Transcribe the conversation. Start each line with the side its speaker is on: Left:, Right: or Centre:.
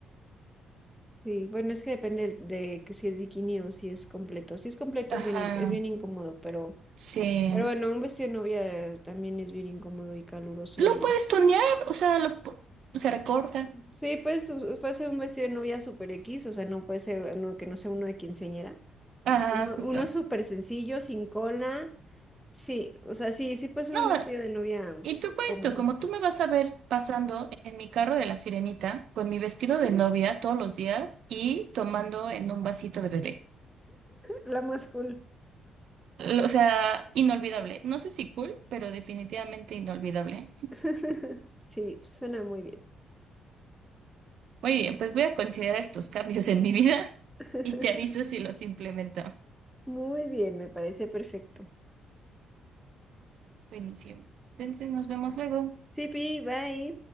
Centre: Sí, bueno, es que depende de que si es bikini o si es completo. Si es completo
Right: Ajá,
Centre: es bien, in- es bien incómodo, pero,
Right: sí.
Centre: pero bueno, un vestido de novia eh, también es bien incómodo y caluroso
Right: Lo
Centre: y...
Right: puedes tunear, o sea, lo pu- se recorta.
Centre: Sí, pues u- puede ser un vestido de novia super X, o sea, no puede ser uno que no sea uno de quinceañera.
Right: Ajá,
Centre: Uno,
Right: justo.
Centre: uno súper sencillo, sin cola. Sí, o sea, sí, sí puede ser
Right: No,
Centre: un vestido de novia
Right: y tú para
Centre: cómodo.
Right: esto, como tú me vas a ver pasando en mi carro de la sirenita, con mi vestido de novia todos los días y tomando en un vasito de bebé.
Centre: La más cool.
Right: L- O sea, inolvidable. No sé si cool, pero definitivamente inolvidable.
Centre: <laughs> Sí, suena muy bien.
Right: Muy bien, pues voy a considerar estos cambios en mi vida <laughs>
Centre: <laughs>
Right: y te aviso si los implemento.
Centre: Muy bien, me parece perfecto.
Right: Buenísimo. Entonces nos vemos luego.
Centre: Sí, Pi, bye.